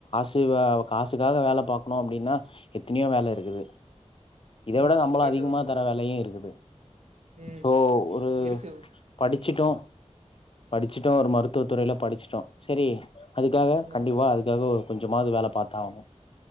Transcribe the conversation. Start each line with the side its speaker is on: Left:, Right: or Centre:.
Left: த்திவ காசுக்காக வேல பாக்கணு அப்பிடின்னா எத்தனயோ வேல இருக்குது இத
Right: ம்
Left: விட சம்பளம்
Right: கரெக்ட்டு
Left: அதிகமா
Right: தா ப்ரோ
Left: தர வேலயு இருக்குது
Right: ம்
Left: சோ ஒரு
Right: இருக்கு
Left: ச் படிச்சிட்டோ படிச்சுட்டோ ஒரு மருத்துவ துறையில படிச்சுட்டோ சரி அதுக்காக
Right: அதா
Left: கண்டிப்பா அதுக்காக ஒ கொஞ்சமாது வேல பாத்து ஆவணு